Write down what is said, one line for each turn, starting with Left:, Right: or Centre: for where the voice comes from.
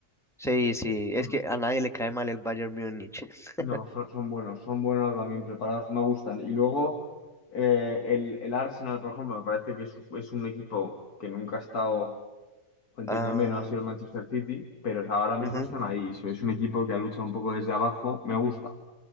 Centre: sí, sí, es
Left: Mm,
Centre: que a nadie le cae mal el Bayern Múnich. <laughs>
Left: No, son, son buenos, son buenos también preparados, me gustan. Y luego eh, el, el Arsenal, por ejemplo, me parece que es, es un equipo que nunca ha estado, entiéndeme,
Centre: Ah,
Left: no ha sido el Manchester City, pero ahora mismo
Centre: ujú.
Left: están ahí. So, Es un equipo que ha luchado un poco desde abajo, me gusta.